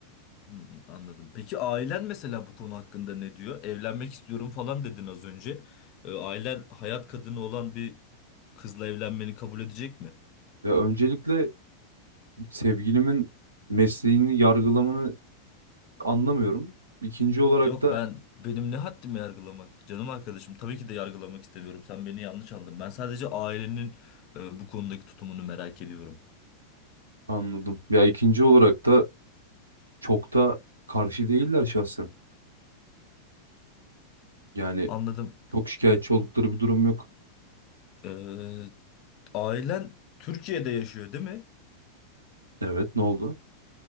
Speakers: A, on the left; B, on the right.
A: Hmm, anladım. Peki ailen mesela bu konu hakkında ne diyor? Evlenmek istiyorum falan dedin az önce. Ee, ailen hayat kadını olan bir kızla evlenmeni kabul edecek mi?
B: Ya öncelikle sevgilimin mesleğini yargılamanı anlamıyorum. İkinci olarak
A: Yok
B: da
A: ben benim ne haddime yargılamak canım arkadaşım tabii ki de yargılamak istemiyorum sen beni yanlış anladın ben sadece ailenin e, bu konudaki tutumunu merak ediyorum
B: anladım. Ya ikinci olarak da çok da karşı değiller şahsen. Yani
A: anladım
B: çok şikayetçi oldukları bir durum yok.
A: Ee, ailen Türkiye'de yaşıyor değil mi?
B: Evet, ne oldu?